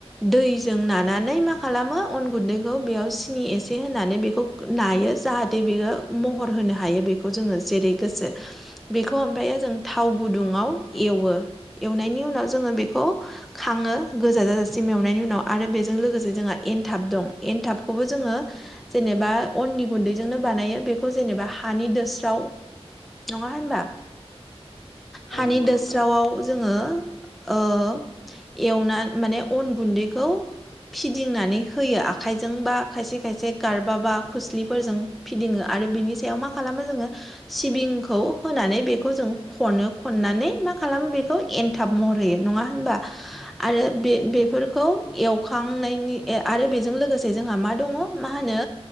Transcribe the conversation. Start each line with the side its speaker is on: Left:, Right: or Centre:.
Centre: दैजों नानानै नानानै मा खालामो अन गुन्दैखौ बेयाव सिनि एसे होनानै बेखौ नायो जाहाथे बेयो महर होनो हायो बेखौ जोङो जेरै गोसो बेखौ ओमफ्रायओ जों थाव गुदुङाव
Left: औ नोंथां
Centre: एवो एवनायनि उनाव जोङो बेखौ खाङो गोजा जाजासिम एवनायनि उनाव आरो बे जों लोगोसे जोंहा एनथाब दं एनथाबखौबो जोङो जेनेबा
Left: औ
Centre: अननि गुन्दैजोंनो बानायो बेखौ बे खौ जेनेबा हानि दोस्राव नङा होनबा हानि
Left: औ नंगौ
Centre: दोस्रावाव
Left: नोंथां
Centre: जोङो ओ एवनानै माने अन गुन्दैखौ फिदिंनानै होयो आखाइजों बा खायसे खायसे गारबा बा खोस्लिफोरजों फिदिङो आरो बिनि सायाव मा खालामो जोङो सिबिंखौ होनानै बेखौ जों खनो खननानै मा खालामो बेखौ एनथाब महर होयो नङा होनबा आरो बे बेफोरखौ एव खांनायनि आरो बेजों लोगोसे जोंहा मा दङ मा होनो